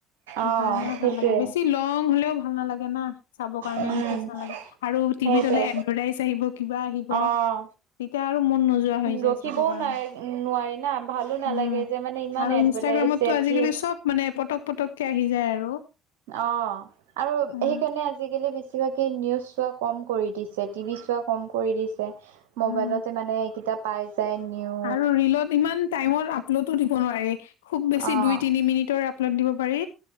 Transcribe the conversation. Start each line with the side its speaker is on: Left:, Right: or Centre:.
Left: সেইকাৰণেও
Right: অ', সেইটোৱে
Left: ভাল লাগে, বেছি লং হ'লেও ভাল নালাগে না, চাব কাৰণে
Right: উম,
Left: ইণ্টেৰেষ্ট নালাগে। আৰু
Right: সেইটো
Left: টিভিত হ'লে এডভা--টাইচ আহিব কিবা আহিব।
Right: অ',
Left: তিতা আৰু মন নোযোৱা হৈ যায়
Right: ৰখিবও
Left: চাব কাৰণে,
Right: নাই নোৱাৰি না ভালো নালাগে
Left: উম,
Right: যে মানে ইমান
Left: আৰু
Right: এডভাৰটাইজ
Left: ইনষ্টাগ্ৰামত টো আজিকালি
Right: কি
Left: চব মানে পটক পটকে আহি যায় আৰু।
Right: অ'। আৰু
Left: উম
Right: সেইকাৰণে আজিকালি বেছিভাগে নিউজ চোৱা কম কৰি দিছে, টিভি চোৱা কম কৰি দিছ ম'বাইলতে
Left: উম
Right: মানে এইকেইতা পাই যায়, নিউ
Left: আৰু ৰিলত ইমান টাইমত আপ আপলোটো দিব নোৱাৰি, খুব বেছি
Right: অ',
Left: দুই তিনি মিনিটৰ আপলোড দিব পাৰি।